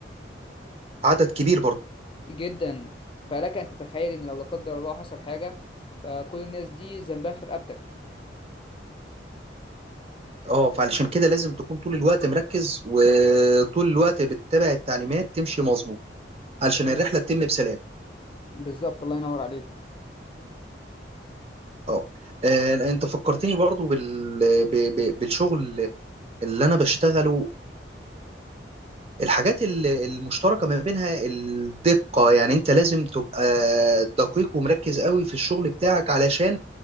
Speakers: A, on the right; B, on the left.
A: عدد كبير برضو
B: جدا فلك ان تتخيل ان لو لا قدر الله حصل حاجة فكل الناس دي ذنبها في رقبتك
A: اه فعلشان كده لازم تكون طول الوقت مركز وطول الوقت بتتابع التعليمات تمشي مظبوط علشان
B: بالظبط
A: الرحلة تتم بسلام
B: بالظبط الله ينور عليك
A: اه آه، لا، انت فكرتني برضو بال... ب... ب... بالشغل اللي انا بشتغله الحاجات ال- المشتركة ما بينها الدقة يعني انت لازم تبقى دقيق ومركز قوي في الشغل بتاعك علشان